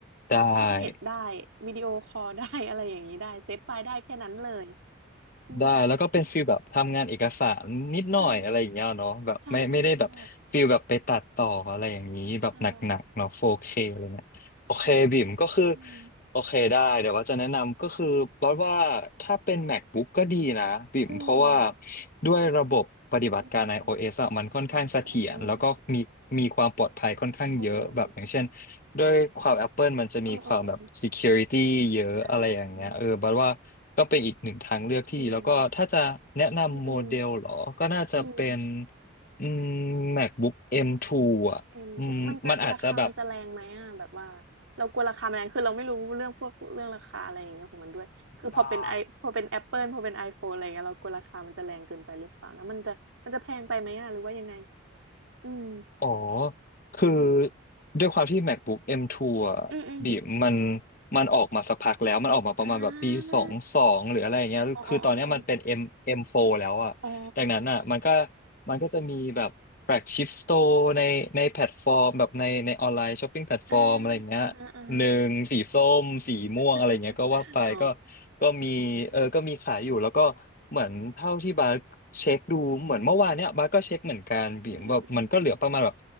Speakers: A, on the left; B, on the right.
A: ได้
B: เข้าเน็ตได้วิดีโอคอลได้ <laughs> อะไรอย่างนี้ได้เซฟไฟล์ได้แค่นั้นเลยอืม
A: ได้แล้วก็เป็นฟิลแบบทำงานเอกสารนิดหน่อยอะไรอย่างเงี้ยเนาะแบบไม่ไม่ได้แบบฟิลแบบไปตัดต่ออะไรอย่างนี้แบบหนักๆเนาะ
B: ใช่ใช่ใช่ใช่ใช่
A: 4K อะไรเงี้ยโอเคบิ่มก็คือ
B: ใช่อืม
A: โอเคได้เดี๋ยวว่าจะแนะนำก็คือบอกว่าถ้าเป็น MacBook ก็ดีนะบิ่มเพราะว่า
B: อืม
A: ด้วยระบบปฏิบัติการ
B: อืม
A: iOS อะมันค่อนข้างเสถียรแล้วก็มีมีความปลอดภัยค่อนข้างเยอะแบบอย่างเช่น
B: อ๋ออืม
A: ด้วยความ Apple มันจะมีความแบบ
B: อืมอืมอืมอืม
A: security เยอะอะไรอย่างเงี้ยเออบัดว่าก็เป็นอีกหนึ่งทางเลือกที่ดีแล้วก็ถ้าจะแนะนำโมเดลเหรอ
B: อ่าอืมอืมอืม
A: ก็น่าจะเป็น
B: อืม
A: อืม MacBook M2 อมทูอ่ะอืมมันอาจจะแบบ
B: เอ็มทกมันจะราคามันจะแรงไหมอะแบบว่าเรากลัวราคามันแรงคือเราไม่รู้เรื่องพวกเรื่องราคาอะไรอย่างเงี้ยของมันด้วยคือพอเป็นไอพอเป็นแอปเปิลพอเป็นไอโฟนอะไรอย่างเงี้ยเรากลัวราคามันจะแรงเกินไปหรือเปล่านะมันจะมันจะแพงไปไหมอะหรือว่ายังไง
A: ได้
B: อืม
A: อ๋อ คือ
B: อืม
A: ด้วยความที่ MacBook M2 อมทูอ่ะบีมัน
B: อืม
A: มันออกมาสักพักแล้วมันออกมาประมาณแบบปีสองสองหรืออะไรอย่างเงี้ยคือตอนเนี้ยมันเป็น
B: ๆอาอ๋อๆๆๆ
A: M M4 แล้วอ่ะดังนั้นอ่ะมันก็
B: อ๋อ
A: มันก็จะมีแบบแฟลกชิพสโตร์ในในแพลตฟอร์มแบบในในออนไลน์ช้อปปิ้งแพลตฟอร์มอะไรอย่างเงี้ย
B: อาอะฮะ
A: หนึ่งสีส้มสีม่วงอะไรเงี้ยก็ว่าไปก็
B: ๆอ๋ <laughs> อ
A: ก็มีเออก็มีขายอยู่แล้วก็เหมือนเท่าที่บาร์เช็คดูเหมือนเมื่อวานเนี้ยบาร์ก็เช็คเหมือนกันบีมแบบมันก็เหลือประมาณแบบ
B: อือๆๆอืม อือๆๆ